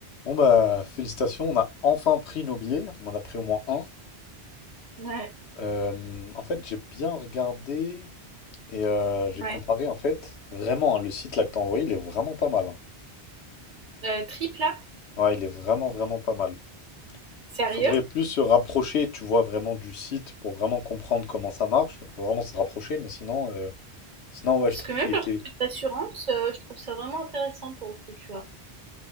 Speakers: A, on the left; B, on the right.
A: Bon bah félicitations, on a enfin pris nos billets, on en a pris au moins un.
B: Ouais,
A: Euh, en fait j'ai bien regardé et euh, j'ai
B: ouais.
A: comparé en fait. Vraiment, hein, le site là que t'as envoyé, il est vraiment pas mal. hein.
B: Heu, triple A?
A: Ouais, il est vraiment vraiment pas mal.
B: Sérieux?
A: Il faudrait plus se rapprocher, tu vois, vraiment du site pour vraiment comprendre comment ça marche. Faut vraiment se rapprocher, mais sinon, euh, sinon ouais,
B: Parce
A: je trouve
B: que même
A: qu'il était.
B: leur truc d'assurance, heu, je trouve ça vraiment intéressant pour le coup, tu vois?